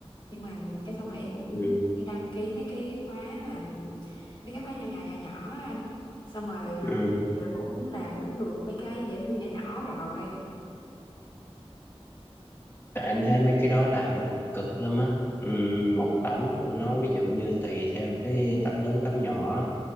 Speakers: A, on the left (about 50°); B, on the left (about 20°).
A: nhưng mà cái xong mà em cũng
B: ừ.
A: như đăng ký mấy cái khóa mà mấy cái khóa nhỏ nhỏ nhỏ nhỏ á anh xong rồi học
B: Ừ.
A: rồi cũng làm cũng được mấy cái dễ thương nhỏ nhỏ rồi
B: tại anh thấy mấy cái đó làm nó cũng cực lắm á ừ.
A: Ừ. Đúng
B: một
A: rồi.
B: tấm của nó ví dụ như tùy theo cái tấm lớn tấm nhỏ